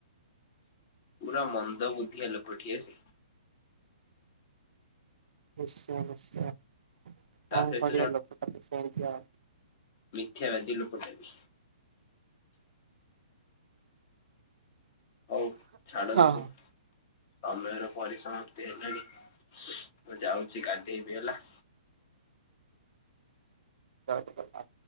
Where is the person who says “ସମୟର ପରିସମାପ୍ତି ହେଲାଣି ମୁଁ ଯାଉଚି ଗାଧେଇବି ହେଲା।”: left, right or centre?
Left